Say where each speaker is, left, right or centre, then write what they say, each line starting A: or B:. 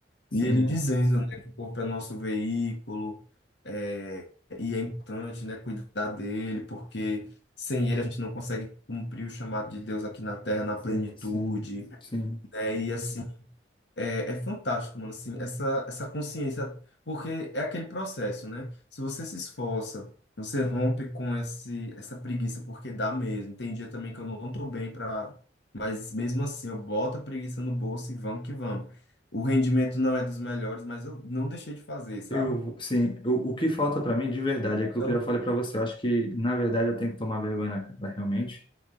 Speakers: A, on the left; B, on the left.
A: sim,
B: E ele dizendo, né, que o corpo é nosso veículo, é, e é importante, né, cuidar dele, porque sem ele a gente não consegue cumprir o chamado de Deus aqui na Terra na
A: sim,
B: plenitude,
A: sim, sim.
B: né? E assim, é, é fantástico, mano, assim, essa, essa consciência, porque é aquele processo, né? Se você se esforça, você rompe com esse, essa preguiça, porque dá mesmo. Tem dia também que eu não tô bem para, mas mesmo assim, eu boto a preguiça no bolso e vamos que vamos. O rendimento não é dos melhores, mas eu não deixei de fazer, sabe?
A: Eu, sim, eu- o que falta para mim de verdade é aquilo
B: Então,
A: que eu já falei para você. Eu acho que, na verdade, eu tenho que tomar vergonha na cara, realmente,